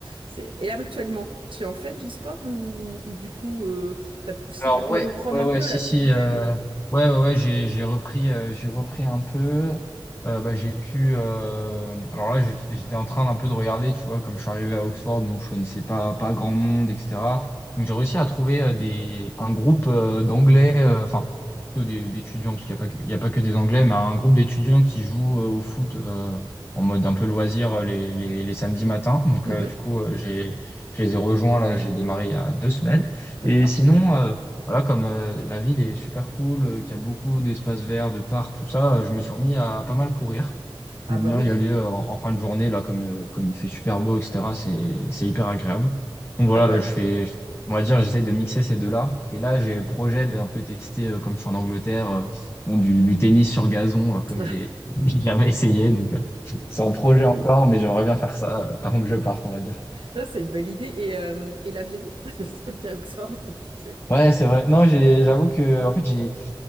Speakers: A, on the right; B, on the left.
A: c'est... Et là, actuellement, tu en fais du sport ou, ou du coup, euh, t'as- si
B: Alors
A: tu as pu
B: ouais,
A: reprendre
B: ouais,
A: un
B: ouais,
A: peu,
B: si,
A: là, tu
B: si,
A: disais,
B: euh,
A: mais...
B: ouais, ouais, ouais, j'ai, j'ai repris, euh, j'ai repris un peu. Euh, bah, j'ai pu. euh, alors là, j'ai- j'étais en train d'un peu de regarder, tu vois, comme je suis arrivé à Oxford, bon, je connaissais pas, pas grand monde, etc. Donc j'ai réussi à trouver euh, des, un groupe euh, d'anglais, euh, enfin, plutôt des- d'étudiants, parce qu'il n'y a pas, que- il y a pas que des anglais, mais un groupe d'étudiants qui jouent euh, au foot euh, en mode un peu loisir euh, les, les, les samedis matins. Donc
A: Mhm,
B: euh, du coup, euh, j'ai, je les ai rejoints là, j'ai démarré il y a deux semaines.
A: d'accord.
B: Et sinon, euh, voilà, comme euh, la ville est super cool, euh, qu'il y a beaucoup d'espaces verts, de parcs, tout ça, euh, je me suis remis à pas mal courir.
A: Ah
B: J'aime
A: bah
B: bien
A: oui.
B: y aller euh, en, en fin de journée, là, comme, euh, comme il fait super beau, etc. C'est, c'est hyper agréable. Donc voilà,
A: Ah bah,
B: là, je fais, on va dire, j'essaye de mixer ces deux-là. Et là, j'ai le projet d'un peu tester, euh, comme je suis en Angleterre, euh, bon, du, du tennis sur gazon, euh, comme
A: <laughs>
B: j'ai <laughs> j'ai jamais essayé. Donc, euh, c'est en projet encore, mais j'aimerais bien faire ça euh, avant que je parte, on va dire.
A: ça, c'est une belle idée. Et, euh, et l'aviron, <laughs> c'est comme tu es à Oxford. <laughs> c'est-
B: Ouais, c'est vrai. Non, j'ai, j'avoue que, en fait, j'ai